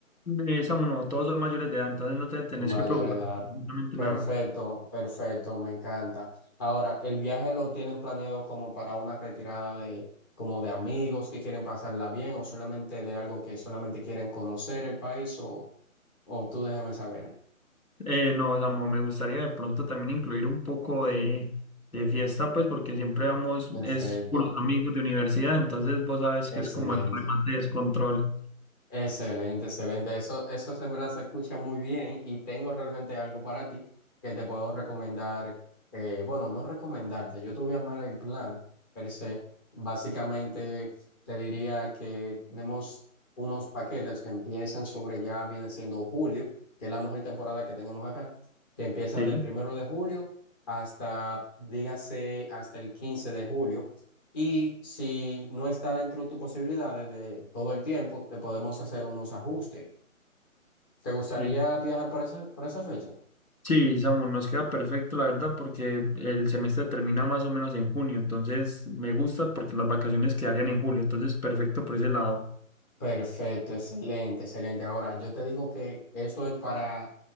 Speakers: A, on the left; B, on the left.
A: Eh, Samu, no, todos son mayores de edad, entonces no te tenés
B: Mayor
A: que preocupar
B: edad.
A: por absolutamente
B: Perfecto,
A: nada.
B: perfecto, me encanta. Ahora, ¿el viaje lo tienen planeado como para una retirada de, como de amigos que quieren pasarla bien o solamente de algo que solamente quieren conocer el país o, o tú déjame saber?
A: Eh, no, Samu, me gustaría de pronto también incluir un poco de, de fiesta, pues porque siempre vamos,
B: Perfecto,
A: es puros amigos de universidad, entonces vos sabes
B: excelente.
A: que es como el remate de descontrol.
B: Excelente, excelente. Eso, eso en verdad se escucha muy bien y tengo realmente algo para ti que te puedo recomendar. eh, bueno, no recomendarte, yo te voy a armar el plan, pero se. Básicamente te diría que tenemos unos paquetes que empiezan sobre ya viene siendo julio, que es la mejor temporada que tenemos acá, que empieza
A: Sí.
B: del primero de julio hasta, dígase, hasta el 15 de julio. Y si no está dentro de tus posibilidades de todo el tiempo, te podemos hacer unos ajustes. ¿Te gustaría
A: Sí,
B: viajar para esa, para esa fecha?
A: Sí, Samu, nos queda perfecto, la verdad, porque el semestre termina más o menos en junio, entonces me gusta porque las vacaciones quedarían en julio, entonces perfecto por ese lado.
B: Perfecto, excelente, excelente. Ahora, yo te digo que esto es para,